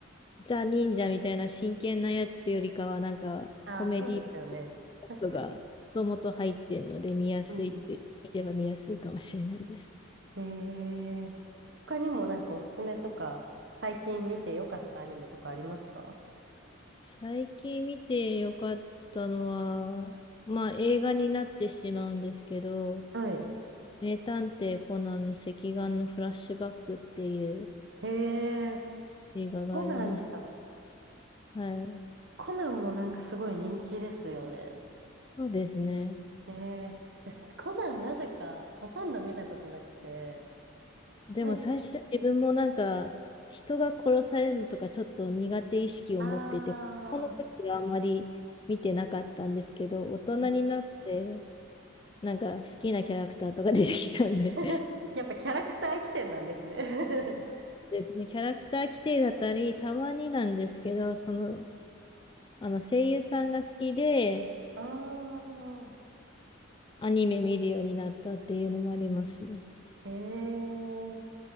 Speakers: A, on the left; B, on the right.
A: ザ・忍者みたいな真剣なやつよりかは、なんかコメディ
B: ああ、そうですよね。
A: パートがもともと入ってるので、
B: 確かに。
A: 見やすいっていう意味では見やすいかもしれないです。
B: うんうん。えー、他にもなんかおすすめとか、最近見てよかったアニメとかありますか
A: 最近見てよかったのは、まあ映画になってしまうんですけど、
B: はい。
A: 名探偵コナンの赤眼のフラッシュバックっていう
B: へえ。
A: 映画がありまし
B: コナンか。
A: た。はい。
B: コナンもなんかすごい人気ですよね。
A: そうですね。
B: ええ私、コナンなぜかほとんど見たことなくて、
A: でも最初自分もなんか人が殺されるのとかちょっと苦手意識を持ってて、
B: なんか、ああ、
A: この時はあまり見てなかったんですけど、大人になって
B: うん
A: なんか好きなキャラクターとか出てきたんで
B: <laughs> やっぱキャラクター起点なんですね
A: そうですね、キャラクター規定だったり、たまになんですけど、その、あの声優さんが好きで、
B: <laughs> ああ、
A: アニメ見るようになったっていうのもありますね。
B: <laughs> ええ